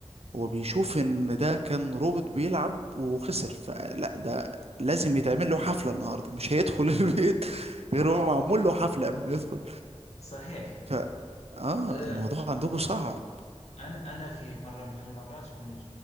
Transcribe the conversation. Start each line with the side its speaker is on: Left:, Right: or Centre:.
Right: هو بيشوف ان ده كان روبوت بيلعب وخسر فلا ده لازم يتعمل له حفلة النهاردة مش هيدخل <laughs> البيت غير هو معمول له حفلة قبل ما يدخل
Left: صحيح
Right: ف اه
Left: أه،
Right: الموضوع عندكم صعب
Left: أنا أنا في مرة من المرات كنت